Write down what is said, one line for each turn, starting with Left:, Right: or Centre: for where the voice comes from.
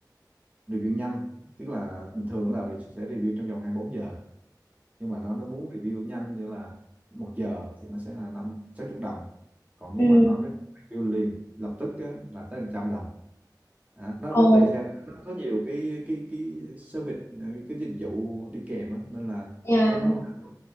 Right: review nhanh tức là bình thường là sẽ review trong vòng hai mươi bốn giờ nhưng mà nó nó muốn review nhanh như là một giờ thì nó sẽ là năm sáu chục đồng còn nếu
Left: Ừ.
Right: mà nó review liền lập tức á, là tới hàng trăm đồng à, nó nó
Left: Ồ.
Right: tùy theo nó có nhiều cái cái cái service cái, cái dịch vụ đi kèm á nên là
Left: Dạ.
Right: với nó làm